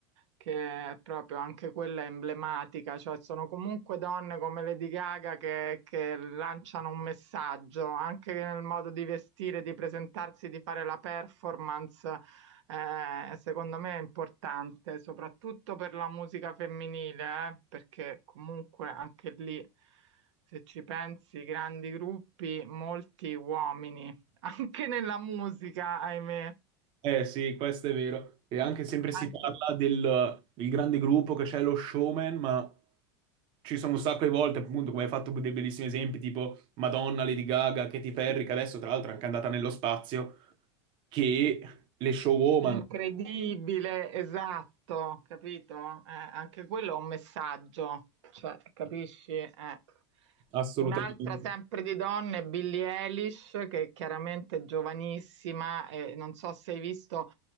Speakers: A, on the right (about 85°); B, on the right (about 35°).
A: che è proprio anche quella emblematica, cioè sono comunque donne come Lady Gaga che, che lanciano un messaggio, anche nel modo di vestire, di presentarsi, di fare la performance, eh, secondo me è importante, soprattutto per la musica femminile, eh, perché comunque anche lì se ci pensi, grandi gruppi, molti uomini, <laughs> anche nella musica, ahimè,
B: Eh sì, questo è vero. E anche sempre
A: anche
B: si parla del, del grande gruppo che c'è lo showman, ma ci sono un sacco di volte, appunto, come hai fatto dei bellissimi esempi, tipo Madonna, Lady Gaga, Katy Perry, che adesso tra l'altro è anche andata nello spazio, che le showwoman,
A: Incredibile, esatto, capito? Eh, anche quello è un messaggio, cioè, capisci? Eh.
B: assolutamente,
A: Un'altra sempre di donne, Billie Eilish, che chiaramente è giovanissima e non so se hai visto,